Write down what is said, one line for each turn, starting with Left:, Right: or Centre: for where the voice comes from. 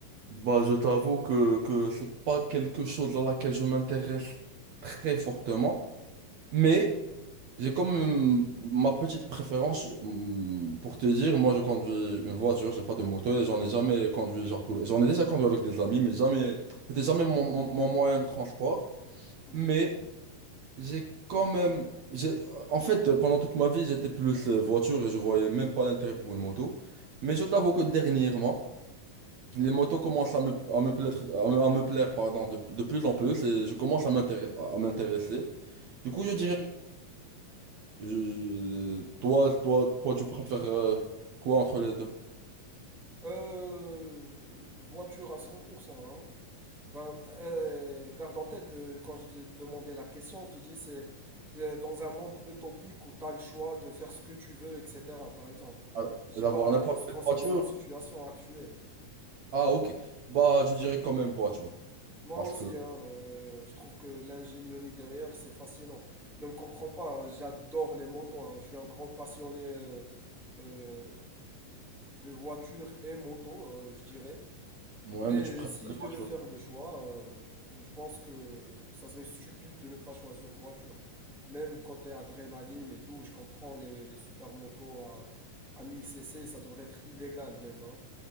Right: bah, je t'avoue que, que c'est pas quelque chose à laquelle je m'intéresse très fortement, mais j'ai quand même ma petite préférence. hum, Pour te dire, moi, je conduis une voiture, j'ai pas de moto et j'en ai jamais conduit, genre tous les... J'en ai déjà conduit avec des amis, mais jamais, c'était jamais mon, mon- mon moyen de transport,
Centre: Mhm,
Right: mais J'ai quand même. j'ai- En fait, euh, pendant toute ma vie, j'étais plus euh, voiture et je voyais même pas l'intérêt pour une moto. Mais je t'avoue que dernièrement, les motos commencent à me, à me plaire, à me, à me plaire, pardon, de, de plus en plus et je commence à m'intéresser. À m'intéresser. Du
Centre: mhm.
Right: coup, je dirais. je- toi, toi, toi, tu préfères euh, quoi entre les deux?
Centre: Euh, voiture à 100%, hein. Bah, euh, garde en tête, euh, quand je te demandais la question, je te dis c'est euh, dans un monde utopique où tu as le choix de faire ce que tu veux, etc. Par exemple.
Right: Ah,
Centre: Je dis
Right: D'avoir
Centre: pas
Right: n'importe
Centre: euh, juste
Right: quelle
Centre: concernant
Right: voiture?
Centre: la situation actuelle.
Right: Ah, ok. Bah, je dirais quand même voiture.
Centre: Moi
Right: Parce
Centre: aussi,
Right: que.
Centre: hein, euh, je trouve que l'ingénierie derrière, c'est fascinant. Ne me comprends pas, hein, j'adore les motos. hein. Je suis un grand passionné euh, euh, de voitures et motos, euh, je dirais.
Right: Ouais,
Centre: Mais
Right: mais tu préfères
Centre: si
Right: les
Centre: je
Right: voitures.
Centre: devais faire le choix, euh, je pense que ça serait stupide de ne pas choisir voiture. Même côté adrénaline et tout, je comprends les, les supermotos à, à 1000 cc, ça devrait être illégal même, hein.